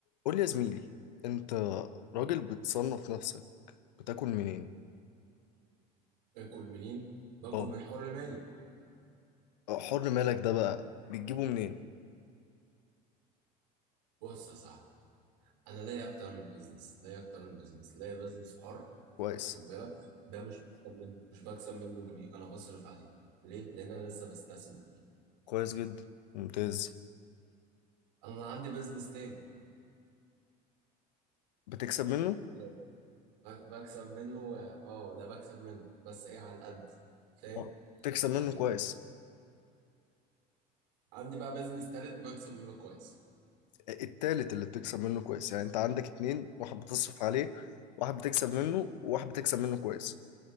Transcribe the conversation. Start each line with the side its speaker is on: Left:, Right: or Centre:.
Left: قول لي يا زميلي انت راجل بتصنف نفسك بتاكل منين
Right: باكل منين باكل
Left: اه
Right: من حر مالي
Left: حر مالك ده بقى بتجيبه منين
Right: بص يا صاحبي انا لاقي اكتر من بزنس لاقي اكتر من بزنس لاقي بزنس حر
Left: كويس
Right: واخد بالك ده مش بكسب منه مش بكسب منه جنيه انا بصرف عليه ليه لان انا لسه بستثمر فيه
Left: كويس جدا ممتاز
Right: انا عندي بزنس تاني
Left: بتكسب منه
Right: أنا ب- بكسب منه اه ده بكسب منه بس ايه على القد فاهم
Left: اه بتكسب منه
Right: يعني
Left: كويس
Right: عندي بقى بزنس تالت بكسب منه كويس
Left: التالت اللي بتكسب منه كويس يعني انت عندك اتنين واحد بتصرف عليه واحد بتكسب منه وواحد بتكسب منه كويس